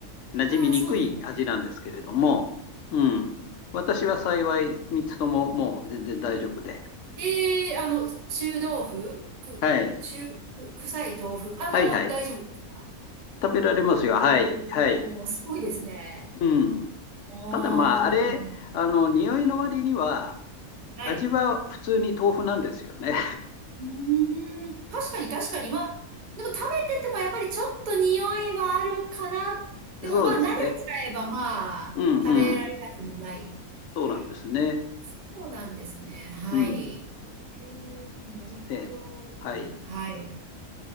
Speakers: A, on the left; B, on the right.
A: 馴染みにくい味なんですけれども、
B: ー、あーそうですね。
A: うん。私は幸い3つとももう全然大丈夫で。
B: ええー、あの、臭豆腐く、
A: はい。
B: 臭、く、臭い豆腐。あ、
A: はいはい。
B: もう大丈夫ですか
A: 食べられますよ。
B: おー、
A: はい。はい。
B: すごいですね。
A: うん。
B: おー、
A: ただまあ、あれ、あの、匂いの割には、
B: はい。
A: 味は普通に豆腐なんですよね。
B: うーん確かに確かに。まあ、でも食べててもやっぱりちょっと匂いはあるかな。
A: <laughs>
B: でもまあ慣れちゃえばまあ食べられなくもないという。
A: そうですね。うんうん。そうなんですね。
B: そうなんですね。はい。
A: うん。
B: えー、なるほど。
A: で、はい。
B: はい。